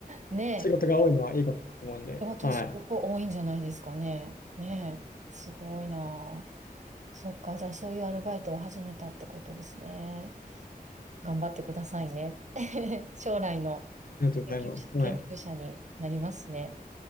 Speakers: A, on the right; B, on the left.
A: ね
B: 仕事が多いのはいいことだと思うんで、
A: え、仕事すごく多いんじゃないですかね。
B: はい。あ
A: ねえ、すごいなー。そっか、じゃあそういうアルバイトを始めたってことですね。頑張ってくださいね。<laughs> 将来の
B: りがとうございます。
A: 研究者、研究者になりますね。
B: はい。